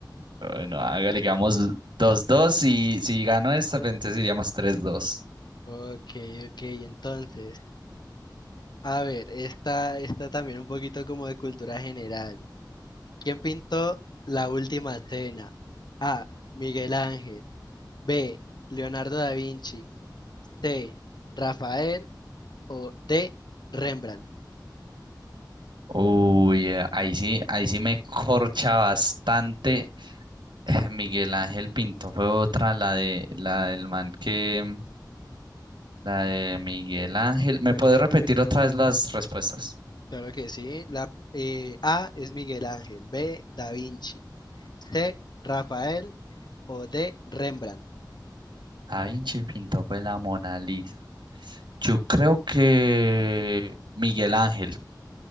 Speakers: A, on the right; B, on the left.
A: Bueno, hágale, digamos dos 2 y si gano esta, pues, entonces iríamos tres dos
B: Ok, ok, entonces, a ver, esta, esta también un poquito como de cultura general. ¿Quién pintó La Última Cena? A. Miguel Ángel. B. Leonardo da Vinci. C. Rafael. O D. Rembrandt.
A: Uy, eh, ahí sí, ahí sí me corcha bastante. Eh, Miguel Ángel Pinto fue otra, la de la del man que la de Miguel Ángel. ¿Me puede repetir otra vez las respuestas?
B: Claro que sí. La, eh, A es Miguel Ángel. B. Da Vinci. C. Rafael. O D. Rembrandt.
A: Da Vinci Pinto fue la Mona Lisa. Yo creo que Miguel Ángel.